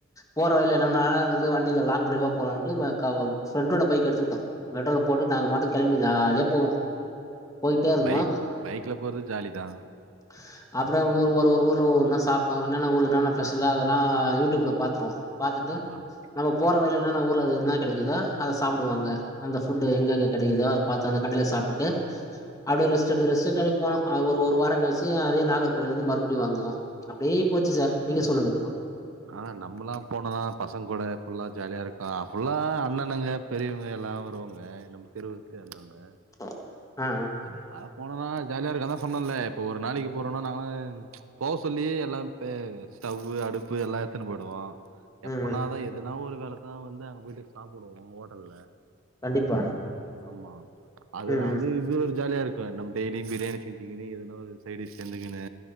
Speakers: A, on the left; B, on the right.
A: போற வழில என்னென்ன நல்லா இருக்குது வண்டில லாங் ட்ரைவா போலான்ட்டு ஃபிரெண்டோட பைக்க எடுத்துக்குட்டோ மெட்ரோல போட்டு நாங்க மாட்டுக்கு கிளம்பி ஜாலியா போவோ போயிட்டே இருந்தோ
B: பைக் பைக்ல போறது ஜாலி தா
A: <inaudible> அப்டியே ஒரு ஒரு ஊர்ல ஒ ஒன்னொன்னா சாப்டோ என்னென்ன ஊர்ல என்னென்ன ஸ்பெஷலு அதல்லா யூடூப்ல பாத்துருவோ பாத்துட்டு
B: அ
A: நம்ம போற வழில என்னென்ன ஊர்ல அங்க என்னா கெடைக்குதோ அத சாப்டுவோ அங்க அந்த ஃபுட்டு எங்க எங்க கெடைக்குதோ அத பாத்து அந்த கடைல சாப்டுட்டு அப்டியே ரெஸ்ட் எடுத்து ரெஸ்ட் எடுத்து அப்டி போன அது ஒரு ஒரு வாரங் கழ் ச்சு அதே நாகர்கோவில இருந்து மறுபுடியு வந்தோ அப்டியே போச்சு சார் நீங்க சொல்லுங்க இப்போ
B: ஆனா நம்முலா போன தா பசங்கூட ஃபுல்லா ஜாலியா இருக்லா ஃபுல்லா அண்ணணுங்க பெரியவ்ங்க எல்லா வருவாங்க நம்மு தெருவு சேந்தவங்க
A: ஆ அ
B: ஆமா அதா போனோனா ஜாலியா இருக்க அதா சொன்னல்ல இப்போ ஒரு நாளைக்கு போறோனா நானு போ சொல்லியே எல்லாம் பே ஸ்டவ்வு அடுப்பு எல்லா எட்த்துனு போய்டுவோ எப்பனாதா
A: ம் ம்
B: எதுனா ஒரு காலத்தா வந்து அங்க போய்ட்டு சாப்புடுவோ ஹோட்டல்ல
A: கண்டிப்பா
B: ஆமா அதுதா
A: ம்
B: அது
A: ம்
B: இது ஒரு ஜாலியா இருக்கு நம் டெய்லியு பிரியாணி செஞ்சுகினு எதுனா ஒரு சைடிஷ் சென்னுகினு